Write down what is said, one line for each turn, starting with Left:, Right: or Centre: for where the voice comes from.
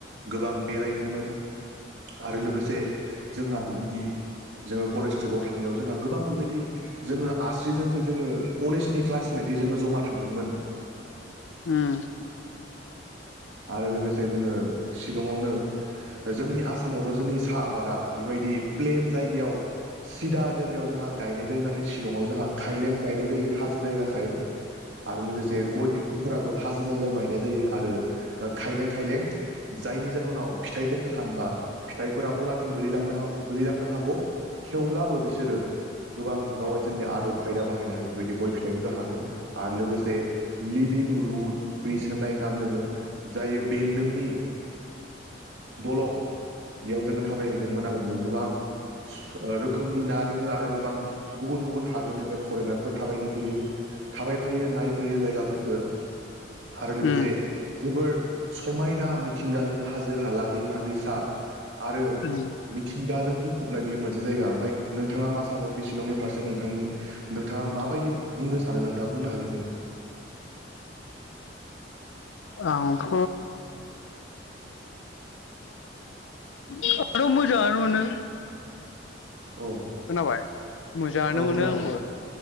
Right: गोबां बेरायदोंमोन आरो लोगो से जोंहा बिबायदि जोङो कलेज ट्रिपाव थांनायाव जोंहा गोबां बिबायदि जोङो आसिजनसो जोङो कलेजनि क्लास मेरै जोङो जमा थांदोंमोन
Left: उम
Right: आरो लोगोसे जोङो सिलंआवनो जोंनि आसामावथ' जोंनि साहा आबादा बेबायदि प्लेन जायगायाव सिदा जायगायाव जोंहा गायनाय जायो नाथाय सिलंआव जोंहा खायलें गायनाय जायो हाजो जायगा थायो आरो लोगोसे गय बिफांफोराबो हाजो जायगायाव गायनाय जायो आरो खायलें खायलें जायनि जाहोनाव फिथाइफोरखौ हानबा फिथाइफोरा हलाथिं गोलैलांनो हा गोलैलांनो हागौ थेवब्लाबो बिसोरो गोबां गावगाइसोरनि आदब खायदा बाहायनानै बेबायदि गय फिथाइखौ हानो आरो लोगोसे लिभिं रुद ब्रिज होनाय नाम दोङो जायो बेन्दोंनि दलं बेयाव जोङो थाबायहैदोंमोन आरो गोबां स ओ रोखोमनि ना दोङो आरो गोबां गुबुन गुबुन हादरनिफ्राय फरेनारफोर थाबायनो फैयो थाबाय फैयो नायफैयो जायगाफोरफोरखौ आरो लोगोसे
Left: उम
Right: जे
Left: उम
Right: गोबोर समायना मिथिंगाजों हाजो हाला दैमा दै सा आरो
Left: उम
Right: मिथिं गाजों बुंफबनाय बियो मोनसे जायगा ओमफ्राय नोंथाङा मा सानो बे सिलंनि फारसे नोंथांनि नोंथाङा माबायदि बुंनो सानो नोंथाङा बुंनो हागोन दे
Left: आंथ' आरो मोजाङानो मोनो
Right: औ
Left: खोनाबाय मोजाङानो
Right: औ
Left: मोनो
Right: खोनादों
Left: आंबो